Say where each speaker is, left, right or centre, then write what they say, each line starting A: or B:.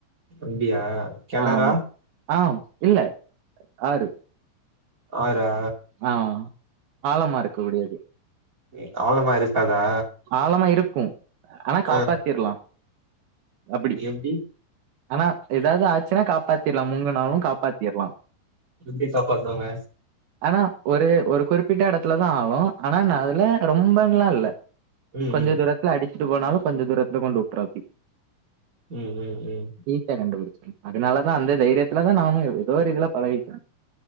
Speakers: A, on the right; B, on the right.
A: அப்டியா கெனரா
B: ஆமா ஆ இல்ல ஆரு
A: ஆறா
B: ஆ அ ஆழமா இருக்க முடியாது
A: எ அவ்ளமா இருக்காதா
B: ஆழமா இருக்கு ஆனா காப்பாத்திர்லா
A: ஆ
B: அப்டி
A: எப்டி
B: ஆனா எதாது ஆச்சுன்னா காப்பாத் திர்லா முங்கு நாளு காப்பாத்திர்லா
A: எப்டி காப்பாத்துவாங்க
B: ஆனா ஒரு ஒரு குறிப்பிட்ட இடத்துல தா ஆளோ ஆனா அதுல ரொம்பன்லா இல்ல
A: ம்
B: கொஞ்ச
A: ம்
B: தூரத்துல அடிச்சுட்டு போனாலும் கொஞ்ச தூரத்துல கொண்டு வுட்டுறு அப்டி
A: ம் ம் ம்
B: வீட்ல கண்டுபுடிச்சது அதனாலதா அந்த தைரியத்துலதா நானு எ எதோ ஒரு இதுல பழகிட்ட